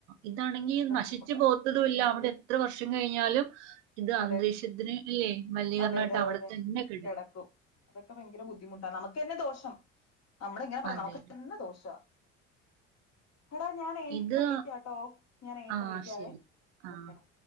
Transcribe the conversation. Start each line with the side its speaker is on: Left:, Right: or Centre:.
Right: ഇതാണെങ്കി
Left: നല്ല
Right: നശിച്ചു
Left: ബുദ്ധിമുട്ടാ
Right: പോത്തതും ഇല്ല അവിടെ എത്ര വർഷം കഴിഞ്ഞാലും ഇത്
Left: അതെ
Right: അന്തരീക്ഷത്തിന് അല്ലേ മലീകർണായിട്ടം
Left: അതെ അതെ അതെ
Right: അവിടെ
Left: അതെ
Right: തന്നെ
Left: കിടക്കും അതൊക്കെ ഭയങ്കര ബുദ്ധിമുട്ടാണ് നമുക്ക് തന്നെ ദോഷം നമ്മള ഇങ്ങനെ പറയാ
Right: അതെ
Left: നമുക്ക്ന്നെ
Right: അതെ
Left: ദോഷ എടാ ഞാനപ്പ
Right: ഇത്
Left: വിളിക്കട്ടോ ഞൻ യിപ്പ
Right: ആ
Left: വിളിക്കാവേ
Right: ശരി ആ
Left: ഓക്കേടാ